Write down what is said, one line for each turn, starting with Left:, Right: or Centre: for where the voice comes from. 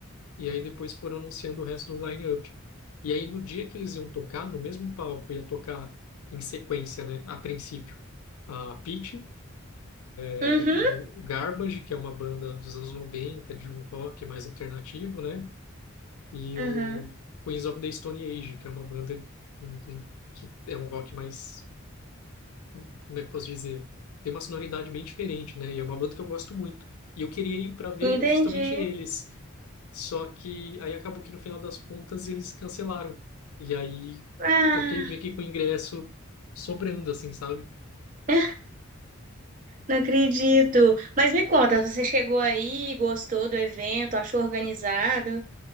Left: E aí depois foram anunciando o resto do line-up. E aí no dia que eles iam tocar, no mesmo palco, ia tocar em sequência, né? A princípio, a Pitty. É,
Right: Uhum,
Left: o Garbage, que é uma banda dos anos noventa de um rock mais alternativo, né? E
Right: uhum.
Left: o Queens of the Stone Age, que é uma banda uhum, que é um rock mais, hum, como é que eu posso dizer? Tem uma sonoridade bem diferente, né? E é uma banda que eu gosto muito. E eu queria ir para ver
Right: Entendi.
Left: justamente eles. Só que aí acabou que no final das contas eles cancelaram. E aí
Right: Ah.
Left: eu fiquei meio que com o ingresso sobrando, assim, sabe?
Right: <laughs> Não acredito. Mas me conta, você chegou aí, gostou do evento, achou organizado?